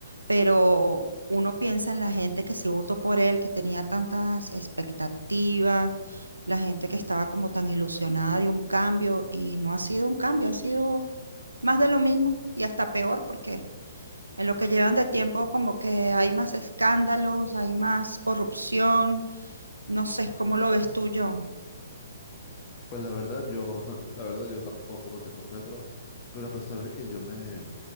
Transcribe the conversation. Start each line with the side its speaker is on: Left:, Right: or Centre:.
Right: pero uno piensa en la gente que sí votó por él, que tenía tantas expectativas, la gente que estaba como tan ilusionada de un cambio y no ha sido un cambio, ha sido más de lo mismo y hasta peor porque... En lo que llevan de tiempo, como que hay más escándalos, hay más corrupción, No sé cómo lo ves tú, John.
Left: Pues la verdad yo, <laughs> la verdad yo tampoco voté por Petro, pero a pesar de que yo me